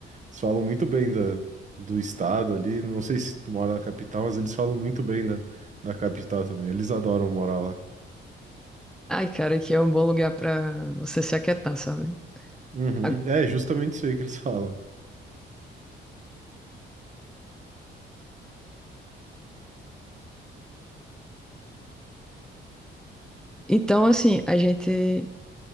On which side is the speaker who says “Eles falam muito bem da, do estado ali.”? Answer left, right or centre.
Right